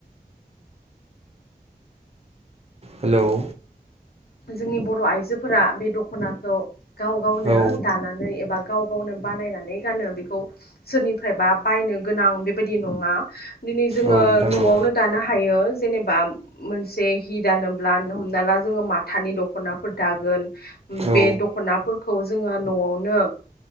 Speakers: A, on the right; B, on the left.
A: हेल'
B: जोंनि बर' आइजोफोरा बे दख'नाखौ गाव गावनो
A: औ
B: दानानै एबा गाव गावनो बानायनानै गानो बेखौ सोरनिफ्रायबा बायनो गोनां बेबायदि नङा दिनै जोङो
A: औ नोंथां
B: न'आवनो
A: औ
B: दानो हायो। जेनेबा मोनसे हि दानोब्ला हमना ला जोङो माथानि दख'नाफोर दागोन।
A: औ
B: बे दखनाफोरखौ जोङो न'आवनो